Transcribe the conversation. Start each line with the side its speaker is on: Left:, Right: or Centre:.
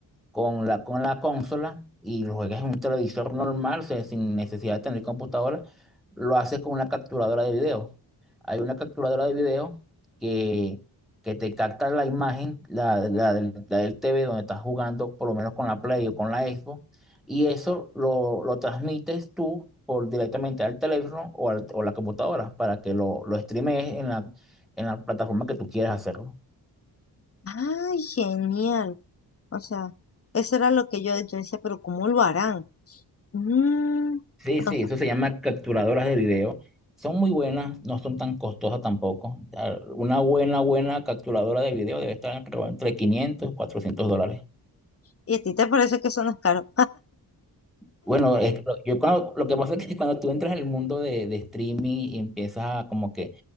Centre: con la, con la consola y lo juegas en un televisor normal, o sea, sin necesidad de tener computadora, lo haces con una capturadora de video. Hay una capturadora de video que, que te capta la imagen, la, la del, la del TV donde estás jugando, por lo menos con la Play o con la Xbox, y eso lo, lo transmites tú por, directamente al teléfono o, al- o la computadora para que lo, lo streames en la, en la plataforma que tú quieras hacerlo.
Left: ¡Ay, genial! O sea, eso era lo que yo, yo decía, pero ¿cómo lo harán? Mm,
Centre: Sí,
Left: o
Centre: sí,
Left: sea,
Centre: eso se llama capturadoras de video. Son muy buenas, no son tan costosas tampoco. Ah, Una buena, buena capturadora de video debe estar creo, entre 500, y 400 dólares.
Left: y a ti te parece que eso no es caro.
Centre: Bueno, es- lo- yo cuando- lo que pasa es que cuando tú entras al mundo de, de streaming y empiezas a como que